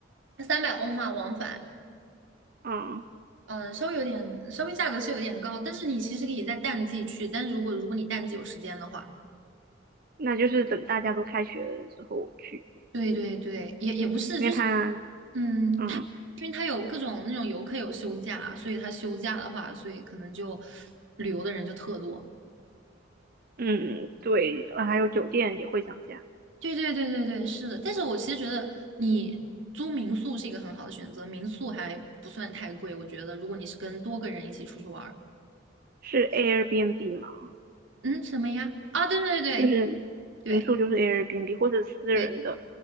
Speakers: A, on the right (about 80°); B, on the right (about 50°).
A: 三百欧嘛，往返，
B: 嗯，
A: 嗯，稍微有点，稍微价格是有点高，但是你其实可以在淡季去，但是如果如果你淡季有时间的话，
B: 那就是等大家都开学了之后我去，
A: 对对对，也也不是，
B: 因为它，
A: 就是嗯，
B: 嗯
A: 它因为它有各种那种游客有休假，所以它休假的话，所以可能就旅游的人就特多。
B: 嗯，对，呃还有酒店也会涨价，
A: 对对对对对，是的。但是我其实觉得你租民宿是一个很好的选择，民宿还不算太贵。我觉得如果你是跟多个人一起出去玩儿，
B: 是 Airbnb 吗？
A: 嗯，什么呀？啊，对对对
B: 就是民宿就是
A: 对
B: Airbnb 或者私人的，
A: 对